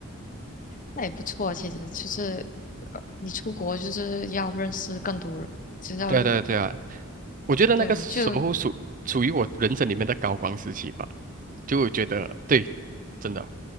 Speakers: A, on the left; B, on the right.
A: 那也不错。其实就是呃你出国就是要认识更多人，就是要
B: 对啊，对啊，对啊，我觉得那个时候属属于我人生里面的高光时期吧，
A: 对啊，就
B: 就我觉得对，真的，